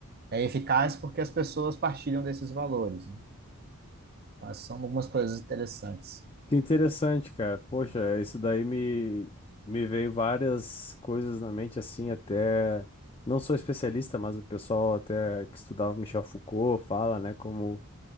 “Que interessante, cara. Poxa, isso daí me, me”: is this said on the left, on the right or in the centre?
Left